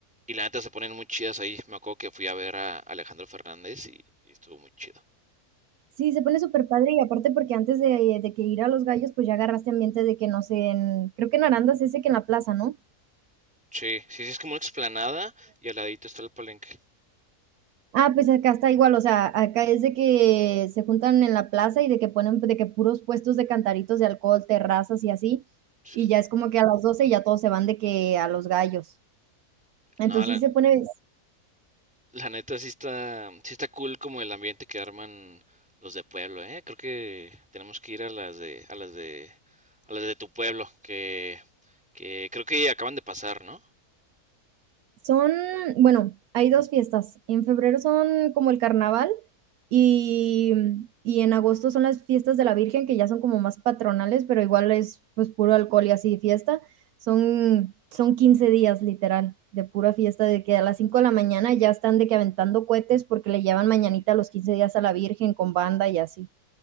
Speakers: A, in the centre; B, on the right.
A: y la neta se ponen muy chidas ahí. Me acuerdo que fui a ver a Alejandro Fernández y, y estuvo muy chido.
B: Sí, se pone súper padre y aparte porque antes de, de que ir a Los Gallos, pues ya agarraste ambiente de que no sé, en- creo que en Arandas ese que en la plaza, ¿no?
A: Sí, sí, sí, es como una explanada y al ladito está el palenque.
B: Ah, pues acá está igual, o sea, acá es de que se juntan en la plaza y de que ponen de que puros puestos de cantaritos de alcohol, terrazas y así,
A: Sí.
B: y ya es como que a las 12 ya todos se van de que a los gallos. Entonces
A: No, la,
B: sí se pone
A: La neta sí está, sí está cool como el ambiente que arman los de pueblo, ¿eh? Creo que tenemos que ir a las de, a las de, a las de tu pueblo, que, que creo que acaban de pasar, ¿no?
B: Son, bueno, hay dos fiestas. En febrero son como el carnaval y, y en agosto son las fiestas de la Virgen, que ya son como más patronales, pero igual es pues puro alcohol y así fiesta. Son, son 15 días literal de pura fiesta, de que a las 5 de la mañana ya están de que aventando cohetes porque le llevan mañanita los 15 días a la Virgen con banda y así.